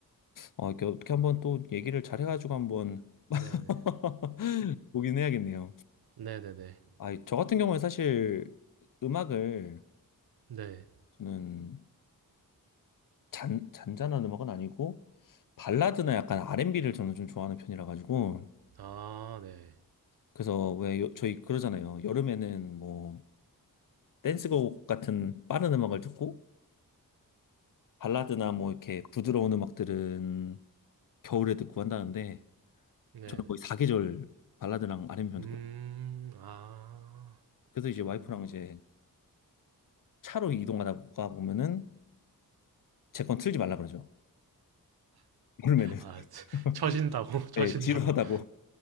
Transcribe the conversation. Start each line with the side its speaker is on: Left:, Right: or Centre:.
Left: 아, 이렇게 어떻게 한번 또 얘기를 잘해가지고 한번 <laughs>
Right: 네네.
Left: 보긴 해야겠네요.
Right: 네네네.
Left: 아, 저 같은 경우는 사실 음악을
Right: 네.
Left: 저는 잔, 잔잔한 음악은 아니고 발라드나 약간 R&B를 저는 좀 좋아하는 편이라 가지고
Right: 아, 네.
Left: 그래서 왜 요- 저희 그러잖아요. 여름에는 뭐 댄스곡 같은 빠른 음악을 듣고 발라드나 뭐 이렇게 부드러운 음악들은 겨울에 듣고 한다는데
Right: 네네.
Left: 저는 거의 사계절 발라드랑 R&B만
Right: 음,
Left: 듣고
Right: 아,
Left: 그래서
Right: 그러시구나.
Left: 이제 와이프랑 이제 차로 이동하다가 보면은 제 건 틀지 말라 그러죠. 여름에는
Right: 아, 처-
Left: <laughs>
Right: 처진다고, <laughs> 처진다고.
Left: 네, 지루하다고